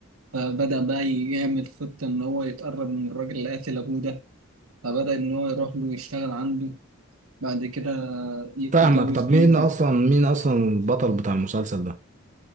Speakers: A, on the right (about 85°); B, on the right (about 35°).
A: فبدأ بقى يعمل خطة إن هو يتقرب من الراجل اللي قتل أبوه ده فبدأ إن هو يروح له يشتغل عنده بعد كده يتجوز
B: فاهمك طب
A: بنته
B: مين اصلا مين اصلا البطل بتاع المسلسل ده